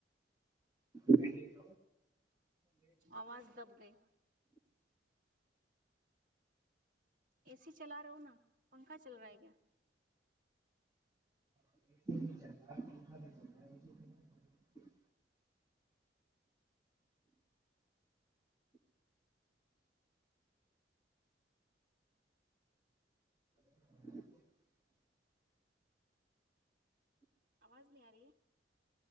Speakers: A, on the right; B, on the right.
A: نہیں تو
B: آواز دب گئی اے سی چلا رہا ہو نا پنکھا چل رہا ہے کیا
A: ہ سہی
B: آواز نہیں آ رہی ہے